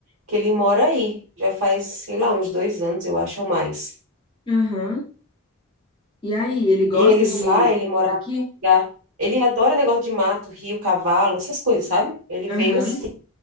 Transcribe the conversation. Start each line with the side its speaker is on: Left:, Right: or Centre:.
Right: que ele mora aí, já faz, sei lá, uns dois anos, eu acho, ou mais.
Left: Aham. E aí, ele gosta
Right: E eles
Left: de
Right: lá, ele morava.
Left: aqui?
Right: num lugar- Ele adora negócio de mato, rio, cavalo, essas coisas, sabe? Ele
Left: Aham.
Right: veio assim